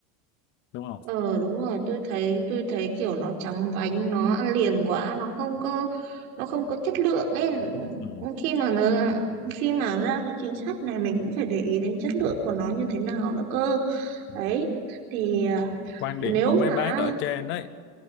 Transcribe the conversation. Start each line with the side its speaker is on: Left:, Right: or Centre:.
Left: đúng không
Right: Ờ đúng rồi, tôi thấy tôi thấy kiểu nó chóng vánh, nó ăn liền quá, nó không có nó không có chất lượng ấy.
Left: ừ.
Right: Khi mà nó khi mà ra cái chính sách này mình cũng phải để ý đến chất lượng của nó như thế nào nữa cơ.
Left: Ừ.
Right: Đấy. Thì à,
Left: quan
Right: nếu
Left: điểm của mấy
Right: mà
Left: bác ở trên đấy